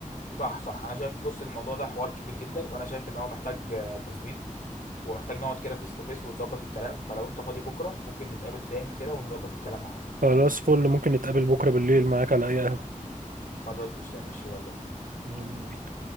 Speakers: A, on the left; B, on the right.
A: صح صح انا شايف بص الموضوع ده حوار كبير جدا وانا شايف ان هو محتاج آه، تظبيط ومحتاج نقعد كده فيس تو فيس ونظبط الكلام فلو انت فاضي بكره ممكن نتقابل تاني كده ونظبط الكلام معانا
B: خلاص فل ممكن نتقابل بكرة بالليل معاك على اي قهوة
A: خلاص قشطة يا باشا يلا بينا
B: يلا بينا.